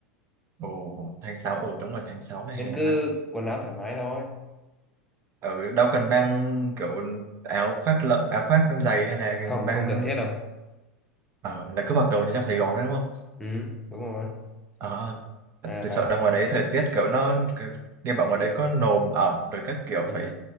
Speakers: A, on the right; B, in the centre.
A: Ồ, tháng sáu ừ đúng rồi tháng 6 là hè
B: Nên cứ
A: ha.
B: quần áo thoải mái thôi.
A: ừ, đâu cần mang kiểu áo khoác lợ, áo khoác dày hay là
B: Không,
A: mang
B: không cần thiết đâu.
A: ờ, là cứ mặc đồ như trong Sài Gòn đấy đúng không
B: Ừ, đúng rồi.
A: ờ
B: À
A: tôi
B: và
A: sợ ra ngoài đấy thời tiết kiểu nó nghe bảo ngoài
B: ừ,
A: đấy có nồm ẩm rồi các kiểu
B: ừ,
A: phải